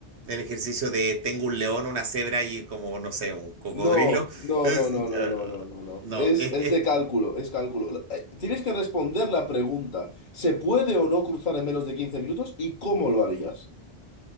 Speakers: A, on the right (about 75°); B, on the left (about 45°).
A: el ejercicio de tengo un león, una cebra y como, no sé, un cocodrilo.
B: No, no,
A: <laughs> Es-
B: no, no, no,
A: ah,
B: no, no, no, no.
A: no,
B: Es,
A: es,
B: es
A: es-
B: de cálculo, es cálculo. La- eh, Tienes que responder la pregunta. ¿Se puede o no cruzar en menos de 15 minutos y cómo lo harías?